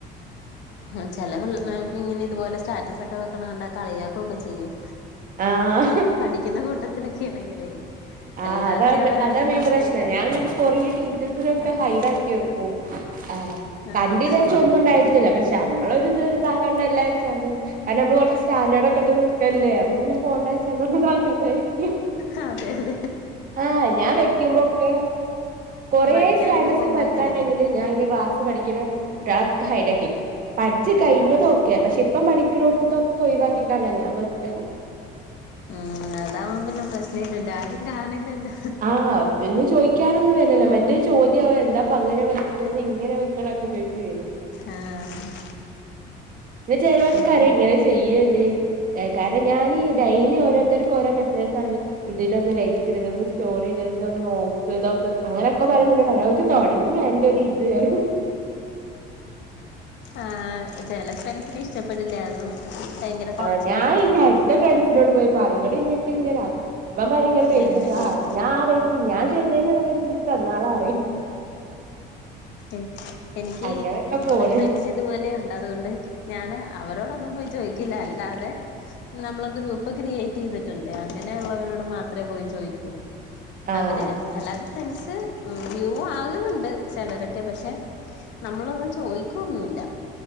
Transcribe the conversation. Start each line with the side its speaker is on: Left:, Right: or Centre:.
Left: ആഹ് ചെല പിൾ ആ ഇങ്ങനെ ഇതുപോലെ സ്റ്റാറ്റസൊക്കെ വെക്ക്ണ കണ്ടാ കളിയാക്കാെക്കെ ചെയ്യും
Right: ആഹ്
Left: ഇപ്പം പഠിയ്ക്ക്ന്ന കൂട്ടത്തിലൊക്യാണെങ്കിലേ
Right: ആഹ്
Left: അല്ലാത്തയാണെങ്കി
Right: അതാ അതാ മെയിൻ
Left: പ്രശ്ന
Right: പ്രശ്നം
Left: ഇല്ല
Right: ഞാൻ ഇങ്ങട്ട് കൊറേ ടീച്ചേഴ്സിനൊക്കെ ഹൈഡാക്കി വെക്കും ആഹ്
Left: ആഹ്
Right: കണ്ട് ഇജാര്ച്ചൊര് ന്നൂണ്ടായിട്ടല്ല പക്ഷെ നമ്മളൊര്ത് ഇതാകണ്ടല്ലോച്ചാണ്ട് കാരണം നമ്മള് കൊറച്ച് സ്റ്റാഡേർഡ് ഒക്കെട്ട് നി ക്കല്ലേ അപ്പം പിന്നെ പോണ്ടാച്ച ഇതെന്താക്കാട്ടണ്ടായിരിയ്ക്കും
Left: ആഹ് അതെയതെ
Right: ആഹ് ഞാൻ വെയ്ക്കുമ്പൊക്കെ കാെറെ
Left: പഠിക്കാനൊക്കെ
Right: സ്റ്റാറ്റസ്
Left: പോകുമ്പോ
Right: ഒക്കെ വെക്കാണ്ടെങ്കില്
Left: ഇങ്ങനെയല്ലേ
Right: ഞാന് ഇന്റെ ക്ലാസ് പഠിയ്ക്ക്ണ കുട്യേളൊക്കെ ഹൈഡാക്കെയ്ക്കും പഠ്ച്
Left: ആഹ്
Right: കയ്ഞ്ഞതോക്കെ പക്ഷെ ഇപ്പം പഠിക്ക്ണോട്ത്തൊക്കെ ഒയ് വാക്കിക്കാണ്ട ഞാൻ വെക്കാ
Left: ആഹ് അതാവുമ്പ പിന്നെ പ്രശ്നയില്ലല്ലൊ ആരും കാണില്ലല്ലോ
Right: ആഹ് പിന്നെ ചോയ്ക്കാനൊന്നും വര്ലല്ലോ മറ്റേ ചോദ്യാവും എന്താപ്പ അങ്ങനെ വെക്ക്ണത് ഇങ്ങനെ വെക്ക് ണൊക്കെ ചോയ്ച്ച് വരും
Left: ആഹ്
Right: പിന്നെ ചെലോൽക്കറിം
Left: ഇവിടെ
Right: ഇങ്ങനെ ചെയ്യ്ണ്ട് കാരണം ഞാന് ഡെയിലി ഓരോര്ത്തര് ക്ക് ഓരോ മെസേജാണ്ടി ഇതിനൊന്ന് ലൈക്ക് ഇട് ഇതൊന്ന് സ്റ്റോറയ്ത് ഇതൊന്ന് നോക്ക് ഇതൊക്കെ അങ്ങനൊക്കെ പറിമ്പം ഇന്നോടോയ്ച്ചും അഅ് ജ്- തൊടങ്ങി അൻ്റൊരിത് അറിം
Left: ആഹ് ചെല ഫ്രൻസിന് ഇഷ്ടപ്പെടില്ല അതും ഭയങ്കര കൊറച്ചില്
Right: ആഹ് ഞാന്
Left: പോലെയൊക്കെയ
Right: ൻ്റെ അട്ത്ത ഫ്രണ്ട്സിനോട് പോയി പറിം ന്നട്ട് ന്നെ ഇട്ട് ങ്ങനെ ആക്കും അപ്പം പറിം ഇങ്ങനെ പൈസട്ടും
Left: ഏഹ്
Right: ആഹ് യി ന്നാ ആ പൈസിം ഞാൻ ചെയ്തീന്ള്ള പൈസീം ഇൻക് തന്നാളാറിം
Left: എൻ എനിയ്ക്കി
Right: അങ്ങനെയൊക്കെ
Left: കൊറെ
Right: പോണ്
Left: ഫ്രണ്ട്സ് ച്ച് ഇതുപോലെ ഒണ്ട് അതുകൊണ്ട് ഞാന് അവരോടൊന്നും പോയി ചോയ്ക്കില്ല അല്ലാതെ നമ്മളെ ഗ്രൂപ്പ് ക്രിയേറ്റയ്ത്ട്ട്ണ്ട് അങ്ങനെ ഉള്ളവരോട് മാത്രേ പോയി ചോയ്ക്കൊള്ളൂ
Right: ആഹ്
Left: അവര് അല്ലാതെ ഫ്രണ്ട്സ് ഉം യൂ ഓ ആകുന്നുണ്ട് ചെലരൊക്കെ പക്ഷെ നമ്മളൊന്നും ചോയ്ക്കൊന്നുല്ല